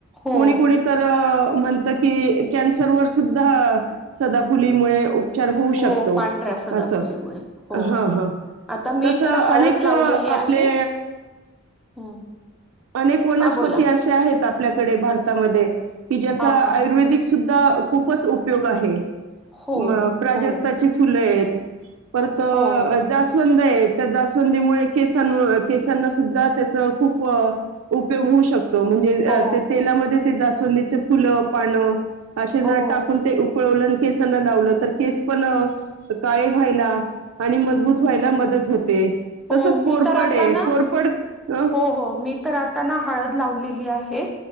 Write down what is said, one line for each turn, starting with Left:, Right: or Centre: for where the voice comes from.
Centre: हो
Right: कुळी कुळी अ म्हणत की कॅन्सर वर सुद्धा सदाफुलीमुळे होऊ
Centre: हो
Right: शकतो,
Centre: पांढऱ्या सदापुलीमुळे
Right: असं.
Centre: हो
Right: हां, हां.
Centre: आता मी
Right: तसं
Centre: तर हळद
Right: अनेक
Centre: लावलेली
Right: अ,
Centre: आहे
Right: आपले
Centre: हम्म
Right: अनेक वनस्पती
Centre: हा बोला
Right: असे आहेत आप आपल्याकडे भारतामध्ये कि ज्या
Centre: हा
Right: आयुर्वेदिक
Centre: हा
Right: सुद्धा खूपच उपयोग आहे
Centre: हो,
Right: मग प्राजक्ताची
Centre: हो,
Right: फुलं आहेत परत
Centre: हो,
Right: जास्व त्या जाासवंदीमुळे केसां केसांना सुद्धा त्याच खूप उपयोग होऊ शकतो म्हणजे
Centre: हो,
Right: तेलामध्ये ते जाासवंदीच फुलं पाणं असे जर
Centre: हो,
Right: टाकून ते उकळवलं केसांना लावलं तर केस पण काळे व्हायला आणि मजबूत व्हायला मदत होते
Centre: हो
Right: तसंच
Centre: मी
Right: कोरपड
Centre: तर आता
Right: आहे
Centre: ना
Right: कोरपड अ,
Centre: हो हो मी तर आता त्यांना हळद लावलेली आहे